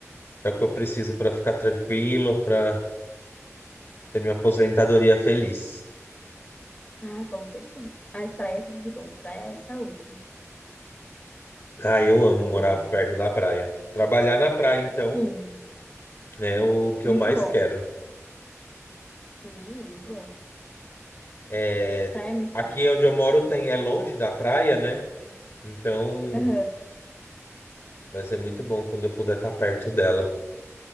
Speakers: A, on the left; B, on the left.
A: é o que eu preciso para ficar tranquilo, para ter minha aposentadoria feliz.
B: Ah, com certeza. Mas praia é tudo de bom. Praia é saúde.
A: Ah, eu
B: Muito
A: amo
B: bom
A: morar
B: mesmo.
A: perto da praia. Trabalhar na praia, então,
B: Sim,
A: é o que
B: muito
A: eu mais
B: bom.
A: quero.
B: Hum, muito bom.
A: É...
B: Praia é muito
A: Aqui
B: bom.
A: onde eu moro tem... é longe da praia, né? Então
B: Aham.
A: vai ser muito bom quando eu puder estar perto dela.